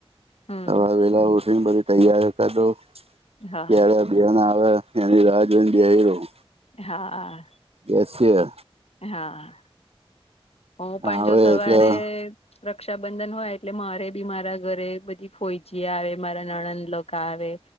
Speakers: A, on the left; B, on the right.
A: હમ
B: સવારે વેલા ઉઠીને પછી તૈયાર કર દઉં
A: હા
B: ત્યારે બેન આવે એની રાહ જોઈને બેહી રહું.
A: હા
B: બેસીએ
A: હા હું
B: આવે
A: પણ જો સવારે
B: એટલે
A: રક્ષાબંધન હોય એટલે મારે બી મારા ઘરે બધી ફોઈજી આવે, મારા નણંદ લોકા આવે.